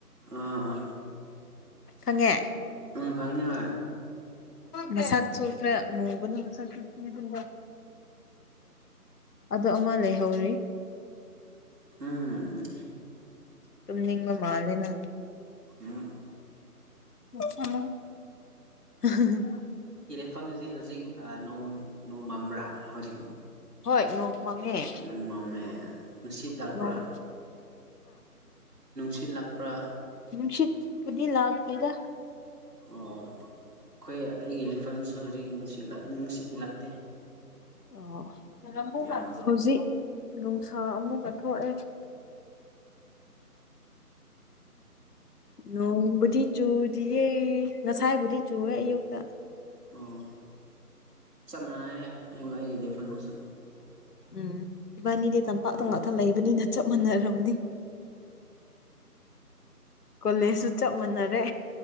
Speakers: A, on the right; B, on the left.
A: ꯑꯥ ꯑꯥ
B: ꯐꯪꯉꯦ
A: ꯑꯝ ꯈꯪꯉꯦ
B: ꯃꯥꯁꯛꯁꯨ ꯈꯔ ꯃꯨꯕꯅꯦ ꯃꯥꯁꯛ ꯊꯤꯕꯅꯦ ꯑꯗꯥ ꯑꯃꯥ ꯂꯩꯍꯧꯔꯤ
A: ꯑꯝ
B: ꯇꯨꯝꯅꯤꯡꯕ ꯃꯥꯜꯂꯦ ꯅꯪ
A: ꯎꯝ
B: ꯍꯥ ꯍꯥ ꯍꯥ
A: ꯃꯥꯐꯝꯗꯤ ꯍꯧꯖꯤꯛ ꯅꯣꯡ ꯅꯣꯡ ꯃꯪꯕ꯭ꯔꯥ ꯍꯧꯖꯤꯛ
B: ꯍꯣꯏ ꯅꯣꯡ ꯃꯪꯉꯦ
A: ꯅꯪꯡ ꯃꯝꯃꯦ ꯅꯨꯡꯁꯤꯠ ꯂꯥꯛꯄ꯭ꯔꯥ
B: ꯅꯣꯡ
A: ꯁꯤꯠ ꯂꯥꯛꯄ꯭ꯔꯥ
B: ꯅꯨꯡꯁꯤꯠ ꯄꯨꯗꯤ ꯂꯥꯛꯇꯦꯗ
A: ꯑꯣ ꯑꯈꯣꯏ ꯑꯩꯒꯤ ꯂꯩꯐꯝꯁꯨ ꯍꯧꯖꯤꯛ ꯅꯨꯡꯁꯤꯠ ꯂꯥꯛꯇꯦ
B: ꯑꯣ
A: ꯌꯥꯝ
B: ꯍꯧꯖꯤꯛ ꯅꯨꯡꯁꯥ ꯑꯃꯨꯛ ꯊꯣꯛꯑꯦ ꯅꯣꯡꯕꯨꯗꯤ ꯆꯨꯗꯤꯌꯦ ꯉꯁꯥꯏꯕꯨꯗꯤ ꯆꯨꯋꯦ ꯑꯌꯨꯛꯇꯥ
A: ꯑꯣ ꯆꯞ ꯃꯥꯟꯅꯩꯌꯦ ꯑꯩꯒꯤ ꯂꯩꯐꯝꯗꯨꯁꯨ
B: ꯑꯝ ꯏꯕꯥꯟꯅꯤꯗꯤ ꯇꯝꯄꯥꯛꯇ
A: ꯈꯔ
B: ꯉꯥꯛꯇ ꯂꯩꯕꯅꯤꯅ ꯆꯞ ꯃꯥꯟꯅꯥꯔꯝꯃꯅꯤ ꯀꯣꯂꯦꯖꯁꯨ ꯆꯞ ꯃꯥꯟꯅꯔꯦ